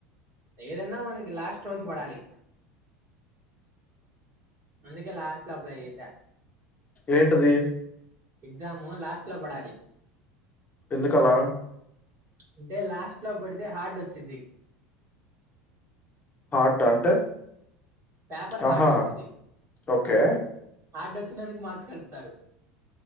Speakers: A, on the right; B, on the left.
A: ఏదన్నా మనకి లాస్ట్ రోజు పడాలి. అందుకే లాస్ట్ లో అప్లై చేసా.
B: ఏంటది?
A: ఎగ్జాము లాస్ట్ లో పడాలి.
B: ఎందుకలా?
A: అంటే లాస్ట్ లో పడితే హర్ట్చ్చిది.
B: హార్ట అంటే?
A: పేపర్ హార్డొచ్చిది
B: ఆహా! ఓకే.
A: హార్డొచ్చినందుకు మార్క్స్ కల్పుతారు